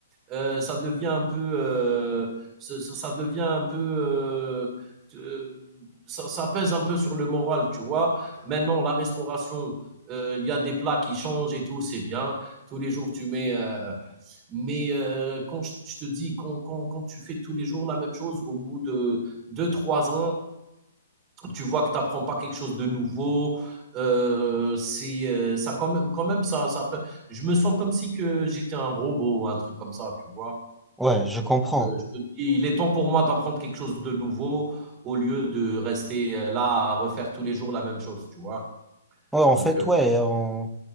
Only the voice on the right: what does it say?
euh, ça devient un peu, euh, ça, ça devient un peu, euh, euh, ça, ça pèse un peu sur le moral, tu vois. Maintenant, la restauration, euh, il y a des plats qui changent et tout, c'est bien. Tous les jours, tu mets. euh, mais euh, quand je, je te dis, quand, quand, quand tu fais tous les jours la même chose, au bout de deux, trois ans, tu vois que tu n'apprends pas quelque chose de nouveau. Euh, c'est euh, ça quand même, quand même ça, ça peut- je me sens comme si que j'étais un robot ou un truc comme ça, tu vois.
Donc, euh, je me dis, il est temps pour moi d'apprendre quelque chose de nouveau au lieu de rester euh, là à refaire tous les jours la même chose, tu vois.
Donc,
euh,